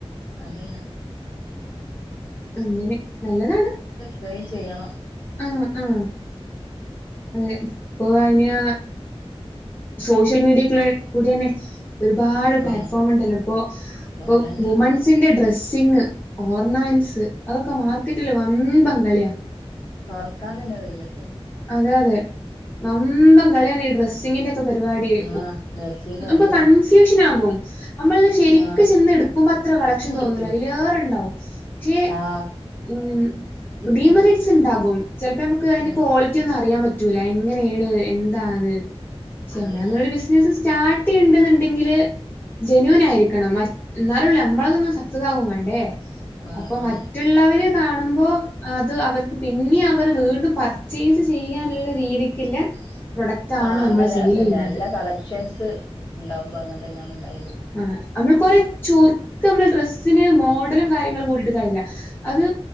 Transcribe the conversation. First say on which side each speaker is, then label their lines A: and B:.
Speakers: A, on the left; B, on the left.
A: അതല്ല
B: അങ്ങനെ നല്ലതാണ്
A: ഫ്രൈ ചെയ്യണം
B: ആ ആ അതെ ഇപ്പൊ അതിന് സോഷ്യൽ മീഡിയക്കുള്ള കൂടി തന്നെ ഒരുപാട്
A: ആ
B: പ്ലാറ്റ്ഫോമണ്ടല്ലോ ഇപ്പൊ
A: അപ്പൊ
B: ഇ
A: അതന്നെ
B: വുമൻസിന്റെ ഡ്രസ്സിങ് ഓർണമൻസ് അതൊക്കെ മാർക്കറ്റില് വമ്പം കളിയാ
A: തുറക്കാ തന്നെ വയ്യപ്പ
B: അതെ അതെ നന്തം കളിയാണ് ഈ ഡ്രെസ്സിങ്ങിന്റെ പരിപാടിയ
A: ആ ഡ്രസ്സിങ് അതന്നെ
B: ന കൺഫ്യൂഷൻ ആകും നമ്മളിന്ന് ശരിക്ക്
A: ആ
B: ചെന്ന് എടുക്കുമ്പോ അത്ര കളക്ഷൻ
A: ഇങ്ങോട്ട്ക്ക്
B: തോന്നൂല അതില് വേറെ ഉണ്ടാവും പക്ഷേ
A: ആ
B: ഉ
A: നിക്ക്
B: ഡീമെറിറ്റ്സ്
A: മോനെ
B: ഉണ്ടാകും ചിലപ്പോ നമുക്ക് അതിന്റെ
A: ഉം
B: കോളി അറിയാൻ പറ്റൂലാ എങ്ങനെയാണ് എന്താന്ന് പ
A: ആ, അതന്നെ
B: നമ്മളെ രു ബിസിനസ് സ്റ്റാർട്ട് ചെയ്യണ്ടെന്നുണ്ടെങ്കില് ജെനുവൻ ആയിരിക്കണം മ എന്നാലള്ള നമ്മളതൊന്നും സക്തതകും വേണ്ടേ
A: ആഹ്
B: അപ്പൊ
A: ആഹ്
B: മറ്റുള്ളവരെ കാണുമ്പോ അത് അവർക്ക് പിന്നെ അവര് വീണ്ടും പറത്ത് ചെയ്ത് ചെയ്യാനുള്ള രീതിക്കില്ല പ്രൊഡക്റ്റാവണം
A: ആ അങ്ങനെ
B: നമ്മൾ സെയിലെയ്യ്ണത്.
A: അത് തന്നെ നല്ല കളക്ഷൻസ് ഉണ്ടാവുമ്പോ അങ്ങനെ തന്നെയാണ് ഉണ്ടാവത്
B: ആ നമ്മൾ കൊറെ ചുർക്ക് നമ്മൾ ഡ്രസ്സിന് മോഡലും കാര്യങ്ങളും കൂടിടുക്കാര്യല്ലാ അത്